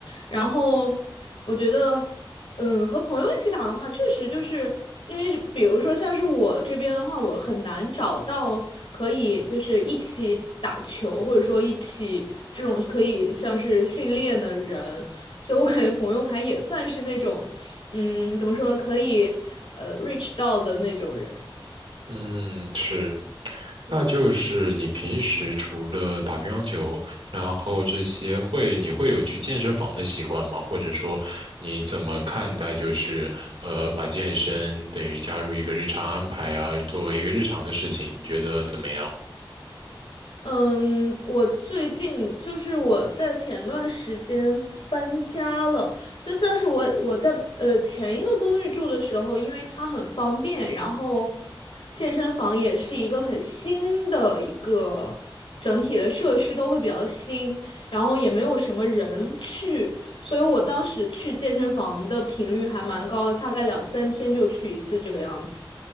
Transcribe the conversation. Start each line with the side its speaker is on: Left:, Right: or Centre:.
Left: 然后我觉得，嗯，和朋友一起打的话，确实就是因为，比如说像是我这边的话，我很难找到可以就是一起打球，或者说一起这种可以像是训练的人，所以我感觉朋友还也算是那种，嗯，怎么说，可以呃 reach 到的那种人。
Right: 嗯，是，那就是你平时除了打乒乓球，然后这些会，你会有去健身房的习惯吗？或者说，你怎么看待就是呃，把健身等于加入一个日常安排啊，作为一个日常的事情，你觉得怎么样？
Left: 嗯，我最近就是我在前段时间搬家了，就像是我我在呃前一个公寓住的时候，因为它很方便，然后健身房也是一个很新的一个整体的设施都会比较新，然后也没有什么人去，所以我当时去健身房的频率还蛮高的，大概两三天就去一次这个样子。